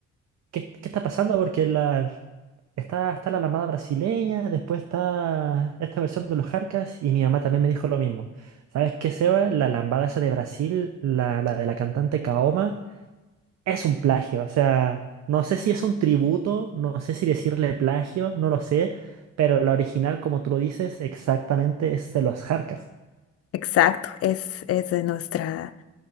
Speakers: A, on the right (about 60°); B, on the left (about 55°).
A: ¿Qué, qué está pasando? Porque la, está, está la lambada brasileña, después está esta versión de los Jarcas y mi mamá también me dijo lo mismo. ¿Sabes qué, Seba? La lambada esa de Brasil, la, la de la cantante Kaoma, es un plagio. O sea, no sé si es un tributo, no sé si decirle plagio, no lo sé, pero la original, como tú lo dices, exactamente es de los Jarcas.
B: exacto. Es, es de nuestra...